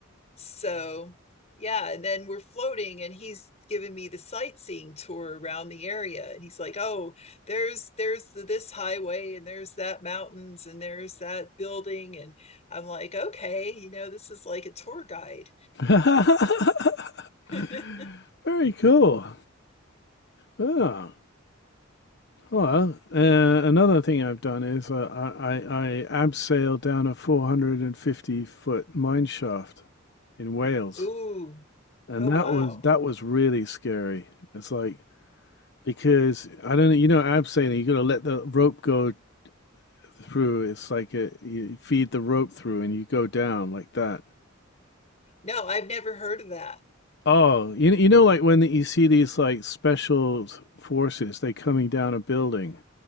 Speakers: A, on the left; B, on the left.
A: So, yeah, and then we're floating and he's giving me the sightseeing tour around the area and he's like, "Oh, there's there's the, this highway and there's that mountains and there's that building." And I'm like, "Okay, you know, this is like a tour guide."
B: <laughs>
A: <laughs>
B: Very cool. Oh, well, uh, another thing I've done is uh, I, I, I abseiled down a 450 foot mine shaft in Wales,
A: Ooh.
B: and
A: Oh,
B: that
A: wow.
B: was that was really scary. It's like because I don't know, you know, abseiling, you got to let the rope go through. It's like a, you feed the rope through, and you go down like that.
A: No, I've never heard of that.
B: Oh, you you know, like when you see these like special forces, they coming down a building